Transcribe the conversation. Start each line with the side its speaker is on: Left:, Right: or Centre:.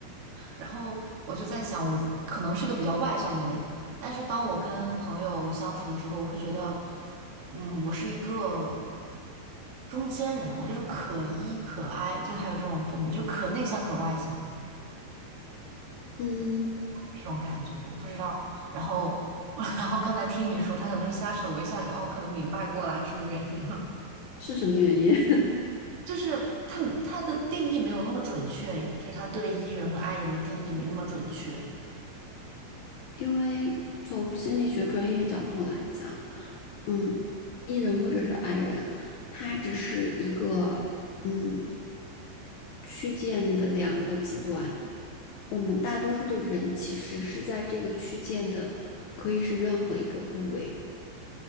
Right: 然后我就在想，我可能是一个比较外向的人，但是当我跟朋友相处的时候，我会觉得，嗯，我是一个中间人，我就是可 E 可 I，就他有这种分别，就可内向可外向。
Left: 嗯，
Right: 这种感觉，我不知道。然后，<laughs> 然后刚才听你说，他可能是瞎扯我一下就哦，可能明白过来是什么原因了。
Left: 是什么原因？<laughs>
Right: 就是他他的定义没有那么准确耶，就是他对 E 人和 I 人的定义没那么准确。
Left: 因为从心理学专业角度来讲，嗯，E 人或者是 I 人，他只是一个嗯。区间的两个极端。我们大多数的人其实是在这个区间的，可以是任何一个部位。